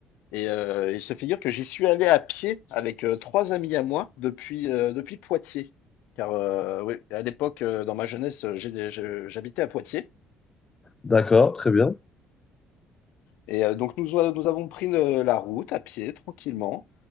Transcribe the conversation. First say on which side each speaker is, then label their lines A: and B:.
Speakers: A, on the left; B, on the left.
A: Et euh, il se figure que j'y suis allé à pied avec euh, trois amis à moi depuis euh, depuis Poitiers. Car euh, oui, à l'époque, euh, dans ma jeunesse, euh, j'ai des- je- j'habitais à Poitiers.
B: D'accord, très bien.
A: Et euh, donc nous euh, nous avons pris le- la route à pied tranquillement.